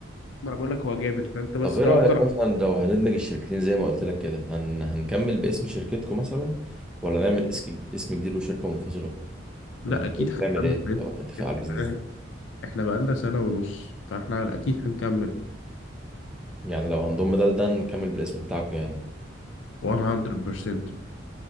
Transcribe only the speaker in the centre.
طب ايه
رايك مثلا لو هندمج الشركتين زي ما قلت لك كده هن... هنكمل باسم شركتكم مثلا ولا نعمل اسك- اسم جديد وشركه منفصله
انت
حابب
تعمل ايه طبعا اتفق على البيزنس
ده
يعني لو هنضم ده لده نكمل بالاسم بتاعكم يعني